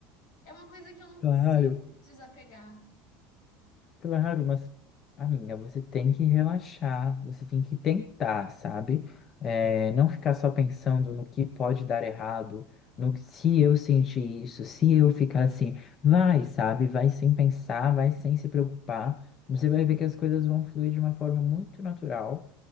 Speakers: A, on the left; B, on the left.
A: É uma coisa que eu não
B: Claro.
A: consigo me desapegar.
B: Claro, mas, amiga, você tem que relaxar, você tem que tentar, sabe? É, não ficar só pensando no que pode dar errado, no que se eu sentir isso, se eu ficar assim, vai, sabe? Vai sem pensar, vai sem se preocupar. Você vai ver que as coisas vão fluir de uma forma muito natural.